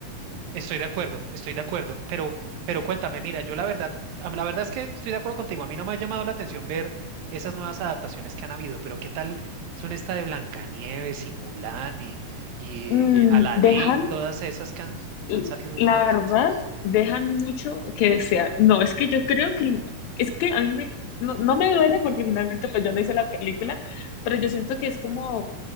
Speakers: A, on the right; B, on the left.
A: Estoy de acuerdo, estoy de acuerdo, pero, pero cuéntame, mira, yo la verdad, a- la verdad es que estoy de acuerdo contigo, a mí no me ha llamado la atención ver esas nuevas adaptaciones que han habido, pero ¿qué tal son esta de Blancanieves y Mulan y, y,
B: mm,
A: y Aladín,
B: dejan
A: todas esas que han, que
B: l-
A: han salido últimamente?
B: la verdad, dejan mucho que desear. No, es que yo creo que, es que a mí me- no, no me duele porque finalmente pues yo no hice la película, pero yo siento que es como,